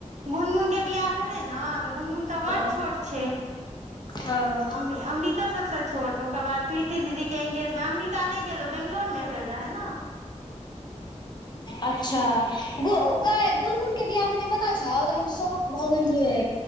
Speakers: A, on the right (about 70°); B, on the left (about 35°).
A: गुनगुन के बियाह भेले ने तऽ गुनगुन तऽ बड़
B: हँ
A: छोट छै। <unintelligible>
B: हँ
A: अमृता सबसँ छोट ओकर बाद प्रीति दीदी के एंगेजमेंट अमृता नहि गेलो बेैंगलोर मे भेल रहेनि न।
B: अच्छा। गे गुनगुन के बियाह भेलै पता छौ त हम शौक भऽ गेलियै।